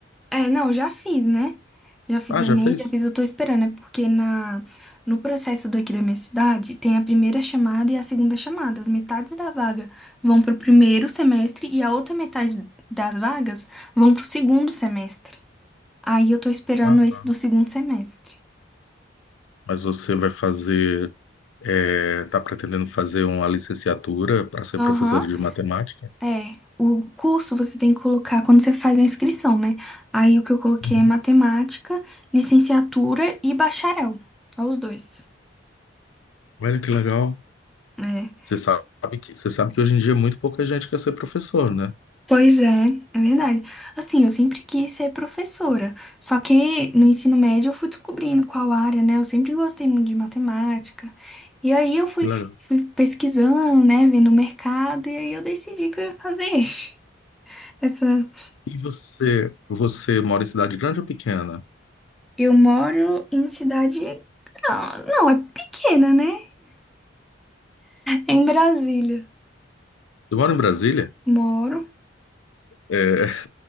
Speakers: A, in the centre; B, on the left (about 80°).
A: É, não, já fiz, né? Já fiz
B: Ah,
A: Enem,
B: já fez?
A: já fiz, eu tô esperando, é porque na, no processo daqui da minha cidade tem a primeira chamada e a segunda chamada. As metades da vaga vão pro primeiro semestre e a outra metade das vagas vão pro segundo semestre. Aí eu tô esperando
B: Ah,
A: esse
B: tá.
A: do segundo semestre.
B: Mas você vai fazer, é, tá pretendendo fazer uma licenciatura para ser
A: Aham,
B: professora de matemática?
A: é. O curso você tem que colocar quando você faz a inscrição, né? Aí o que eu coloquei
B: Uhum.
A: é matemática, licenciatura e bacharel. Ó, os dois.
B: Olha que legal.
A: É.
B: Você sabe que, você sabe que hoje em dia muito pouca gente quer ser professor, né?
A: Pois é, é verdade. Assim, eu sempre quis ser professora, só que no ensino médio eu fui descobrindo qual área, né? Eu sempre gostei muito de matemática. E aí eu fui,
B: Que legal.
A: fui pesquisando, né? Vendo o mercado, e aí eu decidi que eu ia fazer <laughs> esse. Essa...
B: E você, você mora em cidade grande ou pequena?
A: Eu moro em cidade. Não, não, é pequena, né? É em Brasília.
B: Eu moro em Brasília.
A: Moro.
B: É,